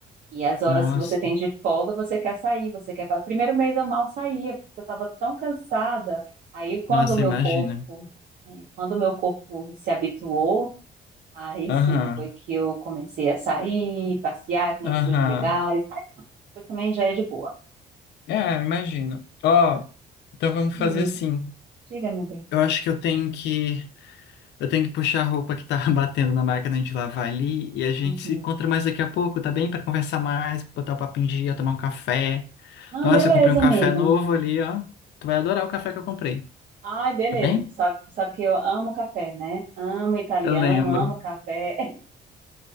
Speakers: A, on the right; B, on the left.
A: E as horas
B: Nossa,
A: que você tem de folga, você quer sair, você quer. O Primeiro mês eu mal saía, porque eu estava tão cansada. Aí quando
B: nossa,
A: o meu
B: imagina.
A: corpo, eh, quando o meu corpo se habituou, aí
B: Aham,
A: sim foi que eu comecei a sair, passear, conhecer
B: aham.
A: os lugares. Aí depois também já é de boa.
B: É, imagino. Ó, então vamos fazer
A: Ih, amigo,
B: assim.
A: diga, meu bem.
B: Eu acho que eu tenho que eu tenho que puxar a roupa que tá <laughs> batendo na máquina de lavar ali e a gente
A: Uhum.
B: se encontra mais daqui a pouco, tá bem? Pra conversar mais, botar o papo em dia, tomar um café.
A: Não,
B: Nossa,
A: beleza,
B: eu comprei um café
A: amigo.
B: novo ali, ó. Tu vai adorar o café que eu comprei,
A: Ai, beleza.
B: tá bem?
A: Tu sabe, tu sabe que eu amo café, né? Amo italiano,
B: Eu lembro.
A: amo café,